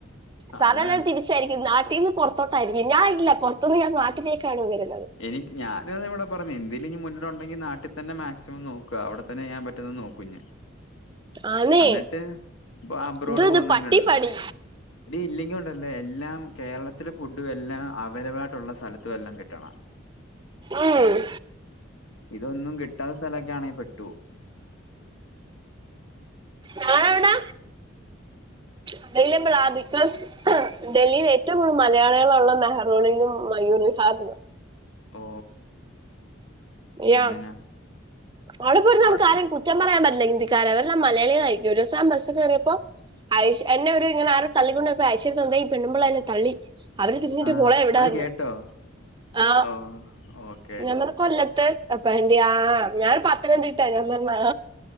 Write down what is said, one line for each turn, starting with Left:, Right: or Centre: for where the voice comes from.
Right: സാധാരണ
Left: അതാണ്
Right: തിരിച്ചായിരിക്കും നാ ട്ടീന്ന് പുറത്തോട്ടായിരിക്കും ഞാൻ ഇല്ല പുറത്തുന്ന് ഞാൻ നാട്ടിലേക്കാണ് വരു
Left: ഇനി ഞാന് ഇവിടെ പ എന്തേലും ഇഞ്ഞി മുന്നിലുണ്ടെങ്കി നാട്ടിതന്നെ മാക്സിമം നോക്ക അവിടെ തന്നെ ഞാൻ പറ്റുന്നന്ന് നോക്കു ഞ്
Right: ആന്നേ
Left: അന്നിട്ട് ഇപ്പൊ അബ്രോഡ്
Right: എന്തോ ഇത്
Left: പോകുന്നെങ്കിലുംള്ള
Right: പട്ടിപ്പണി
Left: ഡി ഇല്ലെങ്കി ഉണ്ടല്ലേ എല്ലാം കേരളത്തിലെ ഫുഡും എല്ലാം അവൈലബിൾ ആയിട്ടുള്ള സ്ഥലത്തുവല്ലം കിട്ടണം.
Right: ആഹ്
Left: ഇതൊന്നും കിട്ടാത്ത സ്ഥലൊക്കാണെ പെട്ടു
Right: ഞാനവിടെ അവൈലബിളാ ബിക്കോസ് ഡൽഹിയിൽ ഏറ്റവും കൂടുതൽ മലയാളികളുള്ള മെഹ്റോണിലും മയൂർ <unintelligible>
Left: ഓ
Right: യാ
Left: അങ്ങനെ
Right: അവിടെപ്പോയിരുന്ന് നമുക്ക്
Left: അവിടെ
Right: ആാരും കുറ്റം പറയാൻ പറ്റ ല്ല ഹിന്ദിക്കാര് അവരെല്ലാം മലയാളികൾ ആയിരിക്കും ഒരു ദിവസം ഞാൻ ബസ് കയറിയപ്പോ അയ്‌ഷ് എന്നെ ഇങ്ങനെ ആരോ തള്ളി കൊണ്ടിരുന്നപ്പൊ <unintelligible> ഈ പെണ്ണുമ്പിള്ളെ എന്നെ തള്ളി. അവര് തിരിഞ്ഞിട്ട്
Left: ആ
Right: മോളെ എവിടന്ന്
Left: അവര് കേട്ടോ
Right: ആ
Left: ഓ ഓക്കെ
Right: ഞാൻ പറഞ്ഞു കൊല്ല ത്ത് <unintelligible> ആ ഞാൻ പത്തനന്തിട്ടാ ഞാൻ പറഞ്ഞ